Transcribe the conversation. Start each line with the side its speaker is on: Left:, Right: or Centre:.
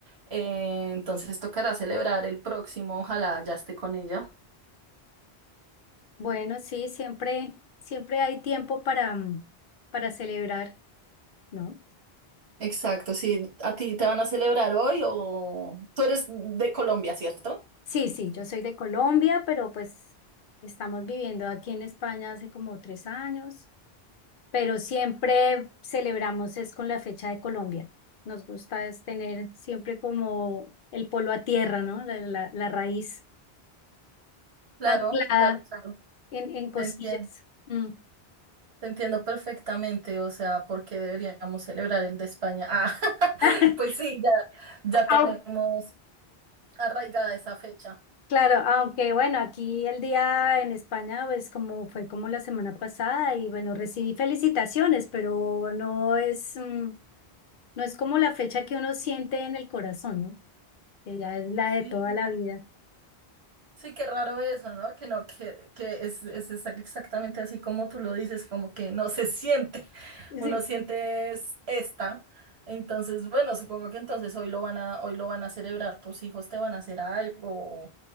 Right: eh, entonces tocará celebrar el próximo, ojalá ya esté con ella.
Left: Bueno, sí, siempre, siempre hay tiempo para, mm, para celebrar, ¿no?
Right: Exacto, sí. ¿A ti te van a celebrar hoy o tú eres de Colombia, ¿cierto?
Left: Sí, sí, yo soy de Colombia, pero pues estamos viviendo aquí en España hace como tres años, pero siempre celebramos es con la fecha de Colombia. Nos gusta es tener siempre como el polo a tierra, ¿no? La, la- la raíz
Right: Claro,
Left: anclada
Right: claro, claro.
Left: en, en cosillas.
Right: Te entiendo,
Left: Mm.
Right: te entiendo perfectamente. O sea, ¿por qué deberíamos celebrar el de España? Ah, <laughs>
Left: <laughs>
Right: pues sí, ya, ya tenemos
Left: Au-
Right: arraigada esa fecha.
Left: Claro, aunque bueno, aquí el día en España, pues como fue como la semana pasada y bueno, recibí felicitaciones, pero no es, mm, no es como la fecha que uno siente en el corazón, ¿no? Que ya es la
Right: Sí.
Left: de toda la vida.
Right: Sí, qué raro eso, ¿no? Que no, que, que es, es exa- exactamente así como tú lo dices, como que no se siente. <laughs>
Left: Sí.
Right: Uno siente es esta. Entonces, bueno, supongo que entonces hoy lo van a, hoy lo van a celebrar. Tus hijos te van a hacer algo o,